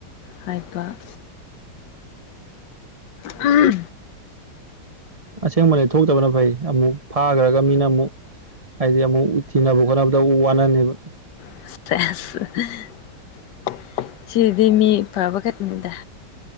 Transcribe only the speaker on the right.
ꯑꯁꯦꯡꯕꯅꯦ ꯊꯣꯛꯇꯕꯅ ꯐꯩ ꯑꯃꯨꯛ ꯐꯥꯈ꯭ꯔꯒ ꯃꯤꯅ ꯑꯃꯨꯛ ꯍꯥꯏꯗꯤ ꯑꯃꯨꯛ ꯊꯤꯅꯕ ꯈꯣꯠꯅꯕꯗ ꯑꯃꯨꯛ ꯋꯥꯅꯅꯤꯕ